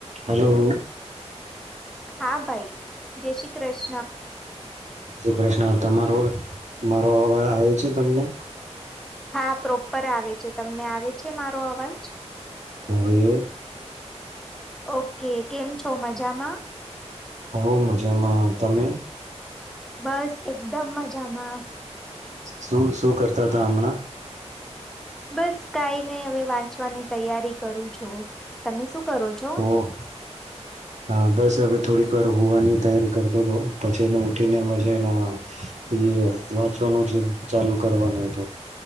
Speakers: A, on the right; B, in the centre.
A: Hello.
B: હા, ભાઈ. જય શ્રી કૃષ્
A: જ કૃષ્ણા. તમારો મારો અવાવ આવે છે તમને?
B: હા પ્રોપર આવે છે. તમને આવે છે મારો અવાજ?
A: હોય એવે
B: ઓકે. કેમ છો મજામાં?
A: હોવ. મજામાં. તમે?
B: બસ એકદમ મજામાં.
A: શું-શું કર તા હમણા
B: બસ કાઈ નહી હવે વાંચવાની તૈયારી કરું છું. તમે શું કરો છો
A: ઓહ! હા બસ હવે થોડીક વાર હુવાની તૈયારી કરતો તો. પછી એને ઉઠીને મજાય નો આવે. યે વાંચવાનું જ ચાલુ કરવાનું હોય તો.